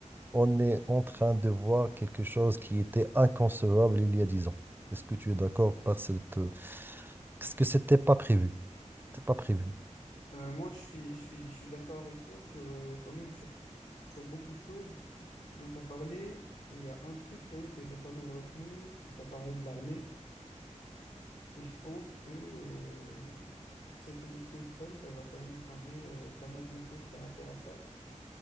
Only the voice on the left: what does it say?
Euh, moi, je suis, je suis, je suis d'accord avec toi sur, euh, quand même sur, sur beaucoup de choses dont tu as parlé. Et il y a un truc quand même que j'ai pas mal retenu, c'est que tu as parlé de l'armée. Et je pense que euh, cette élection de Trump, elle va quand même changer euh, pas mal de choses par rapport à ça.